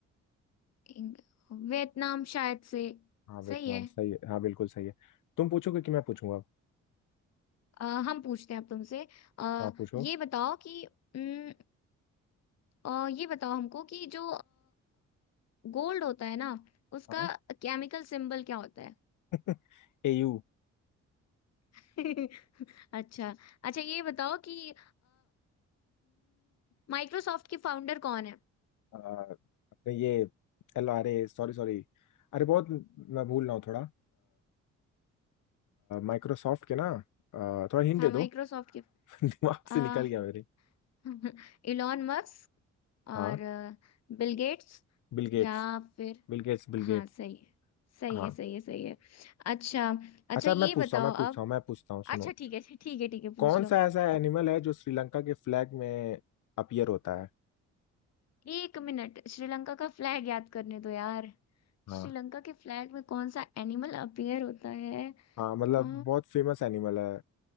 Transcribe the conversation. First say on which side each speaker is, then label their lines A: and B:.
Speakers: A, on the left (about 60°); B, on the left (about 85°).
A: इंग- वियतनाम शायद से
B: हाँ वियतनाम
A: सही है
B: सही है हाँ बिल्कुल सही है तुम पूछोगे कि मैं पूछूंगा
A: अ, हम पूछते हैं अब तुमसे अ,
B: हाँ पूछो
A: ये बताओ कि अम, अ, ये बताओ हमको कि जो गोल्ड होता है ना उसका
B: हाँ
A: केमिकल सिंबल क्या होता
B: <laughs> एयू
A: है <laughs> अच्छा अच्छा ये बताओ कि माइक्रोसॉफ्ट के फाउंडर कौन है
B: अपने ये L R A sorry sorry अरे बहुत मैं भूल रहा हूँ थोड़ा माइक्रोसॉफ्ट के ना आ, थोड़ा हिंट
A: हाँ
B: दे
A: माइक्रोसॉफ्ट
B: दो
A: के
B: <laughs> दिमाग
A: आ,
B: से निकल गया मेरे
A: <laughs> इलॉन मस्क
B: हाँ
A: और बिल गेट्स
B: Bill Gates
A: या फिर
B: Bill Gates Bill
A: हाँ
B: Gates
A: सही है सही
B: हाँ
A: है सही है सही है अच्छा अच्छा
B: अच्छा
A: ये
B: मैं पूछता
A: बताओ
B: हूँ मैं पूछता
A: अब
B: हूँ मैं पूछता हूँ सुनो
A: अच्छा ठीक है अच्छा ठीक है ठीक है पूछ
B: कौन
A: लो
B: सा ऐसा एनिमल है जो श्रीलंका के फ्लैग में अपीयर होता है
A: एक मिनट श्रीलंका का फ्लैग याद करने दो यार
B: हाँ
A: श्रीलंका के फ्लैग में कौन सा एनिमल अपीयर होता है
B: हाँ मतलब
A: आ,
B: बहुत फेमस एनिमल है